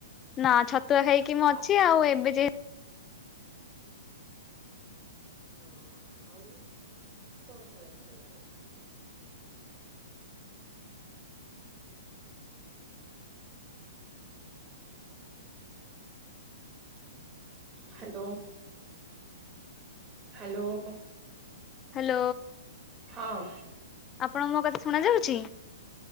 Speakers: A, on the left; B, on the right.
A: ନା ଛତୁଆ ଖାଇକି ମୁଁ
B: ହଁ।
A: ଅଛି ଆଉ ଏବେ ଯେ
B: ହଁ ଆଉ କଣ ଖାଇବାକୁ ଭଲ ଲାଗେ? Hello hello.
A: ହ୍ୟାଲୋ।
B: ହଁ।
A: ଆପଣଙ୍କୁ ମୋ କଥା ଶୁଣା ଯାଉଛି?